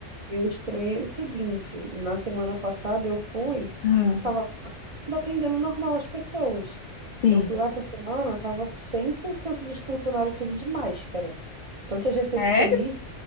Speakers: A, on the right (about 45°); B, on the left (about 60°).
A: Eu estranhei o seguinte, na semana passada eu fui,
B: ah,
A: tava atendendo normal as pessoas.
B: sim.
A: Eu fui lá essa semana, tava 100% dos funcionários tudo de máscara. Tanto as recepcionistas,
B: Sério?